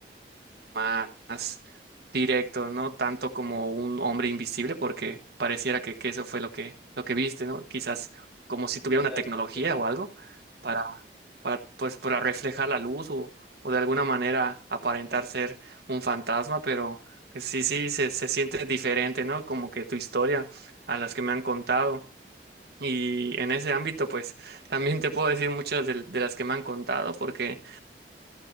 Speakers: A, on the right (about 60°); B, on the left (about 85°).
A: más directo, no tanto como un hombre invisible, porque pareciera que, que eso fue lo que, lo que viste, ¿no? Quizás como si
B: sí,
A: tuviera una
B: algo
A: tecnología
B: así.
A: o algo para, para, pues, para reflejar la luz o, o de alguna manera aparentar ser un fantasma, pero que sí, sí, se, se siente diferente, ¿no? Como que tu historia a las que me han contado. Y en ese ámbito, pues también te puedo decir muchas de, de las que me han contado, porque